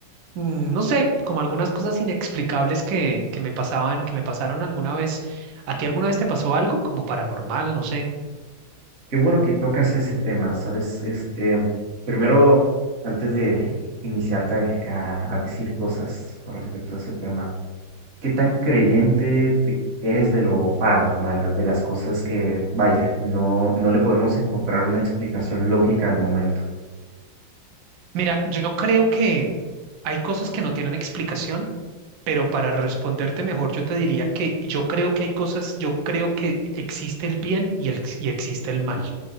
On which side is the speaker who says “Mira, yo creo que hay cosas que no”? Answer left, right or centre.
Right